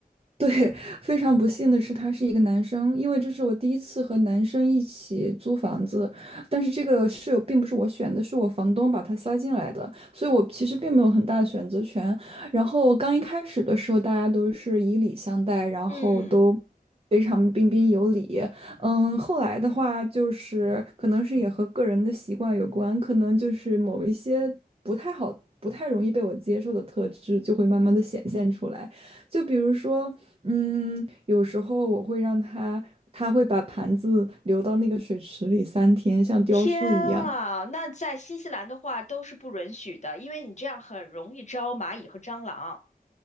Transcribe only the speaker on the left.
嗯。
天啊，那在新西兰的话都是不允许的，因为你这样很容易招蚂蚁和蟑螂。